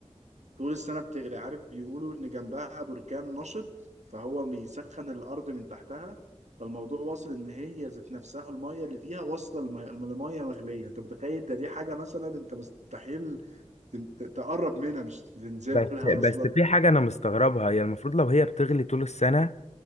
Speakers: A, on the right; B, on the left.
A: طول السنة بتغلي عارف بيقولوا إن جنبها بركان نشط فهو بيسخن الأرض من تحتها فالموضوع واصل إن هي ذات نفسها المية اللي فيها واصلة لمية لمية مغلية أنت متخيل ده دي حاجة مثلا أنت مستحيل تن- ت- تقرب منها مش تنزلها
B: بس
A: أصلا
B: بس في حاجة انا مستغربها هي المفروض لو هي بتغلي طول السنة